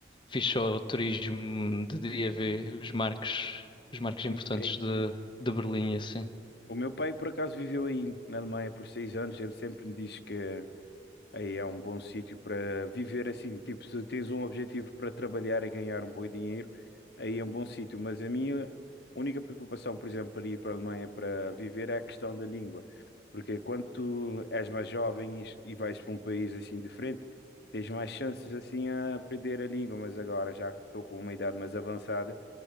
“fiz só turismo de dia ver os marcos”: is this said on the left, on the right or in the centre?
Left